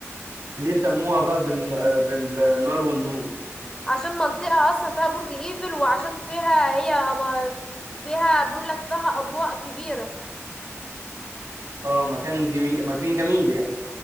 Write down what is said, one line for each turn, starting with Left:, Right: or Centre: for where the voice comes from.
Right: ليه سموها بقى بال... آه، بالنار والنور
Left: عشان منطقة أصلا فيها برج إيفل وعشان فيها هي ما... فيها بيقول لك فيها أضواء كبيرة
Right: اه مكان جميل مكان جميل يعني